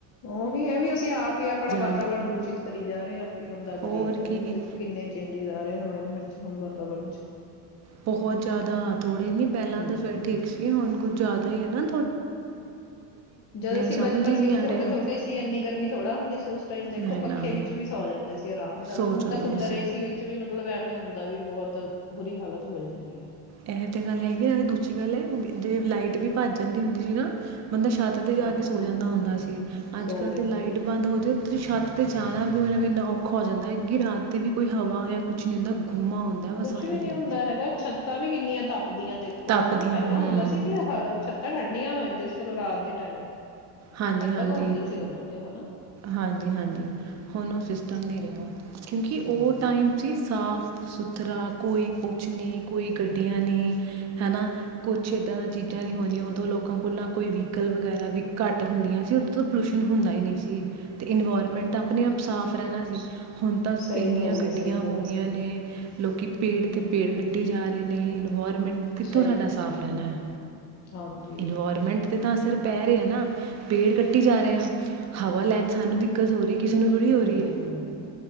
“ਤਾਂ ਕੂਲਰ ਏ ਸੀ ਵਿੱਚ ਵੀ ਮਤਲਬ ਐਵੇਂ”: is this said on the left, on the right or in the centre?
Left